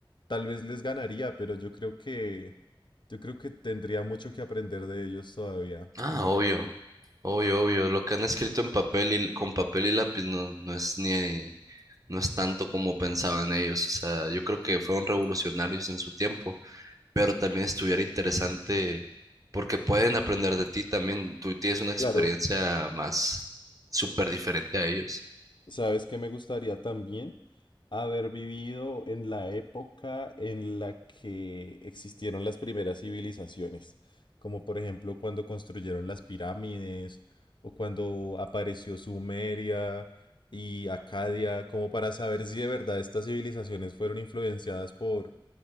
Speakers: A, on the left; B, on the right.
A: tal vez les ganaría, pero yo creo que, yo creo que tendría mucho que aprender de ellos todavía,
B: Ah,
A: como
B: obvio.
A: para...
B: Obvio, obvio, lo que han escrito en papel y con papel y lápiz no, no es ni no es tanto como pensaban ellos. O sea, yo creo que fueron revolucionarios en su tiempo, pero también estuviera interesante porque pueden aprender de ti también. Tú tienes una experiencia
A: Claro.
B: más súper diferente a ellos.
A: ¿Sabes que me gustaría también? Haber vivido en la época en la que existieron las primeras civilizaciones, como por ejemplo cuando construyeron las pirámides o cuando apareció Sumeria y Acadia, como para saber si de verdad estas civilizaciones fueron influenciadas por,